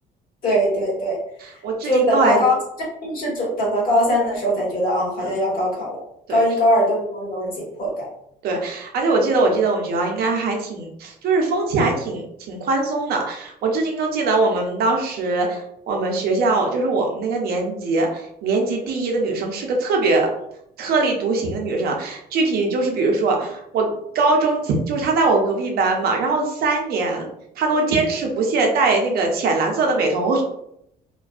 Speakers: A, on the left (about 55°); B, on the right (about 65°).
A: 对对对，
B: 我至今都还
A: 就等到高，真是等等到高三的时候才觉得啊，好像要高考了。
B: 嗯。对。
A: 高一、高二都没有那种紧迫感。
B: 对，而且我记得，我记得我们学校应该还挺，就是风气还挺挺宽松的。我至今都记得我们当时，我们学校就是我们那个年级，年级第一的女生是个特别特立独行的女生。具体就是，比如说我高中就是她在我隔壁班嘛，然后三年她都坚持不懈戴那个浅蓝色的美瞳。